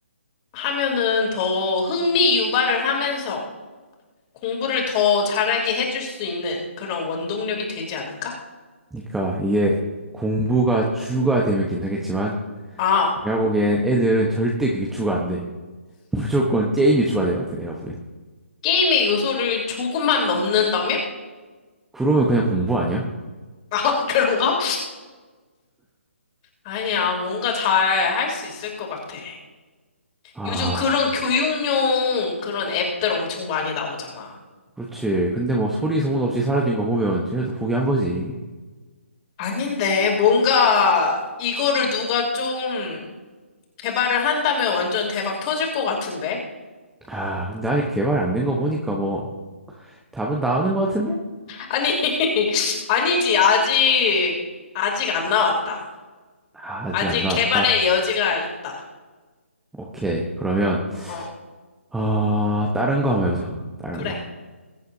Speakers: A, on the left; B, in the centre.
A: 하면은 더 흥미 유발을 하면서 공부를 더 잘하게 해줄 수 있는 그런 원동력이 되지 않을까?
B: 그러니까 이게 공부가 주가 되면 괜찮겠지만
A: 아,
B: 내가 보기엔 애들은 절대 그게 주가 안 돼. <laughs> 무조건 게임이 주가 될 것 같아, 내가 보기엔.
A: 게임의 요소를 조금만 넘는다면?
B: 그러면 그냥 공부 아니야?
A: <laughs> 아, 그런가? 아니야, 뭔가 잘 할 수 있을 것 같아.
B: 아,
A: 요즘 그런 교육용 그런 앱들 엄청 많이 나오잖아.
B: 그렇지. 근데 뭐 소리 소문 없이 사라진 거 보면 쟤네도 포기한 거지.
A: 아닌데, 뭔가 이거를 누가 좀 개발을 한다면 완전 대박 터질 것 같은데?
B: 아, 근데 아직 개발이 안 된 거 보니까 뭐 답은 나오는 것 같은데?
A: 아니, <laughs> 아니지. 아직, 아직 안 나왔다.
B: 아, 아직
A: 아직
B: 안 나왔다.
A: 개발의 여지가 있다.
B: 오케이. 그러면
A: 어,
B: 아, 다른 거 한번 해보자. 다른
A: 그래.
B: 거.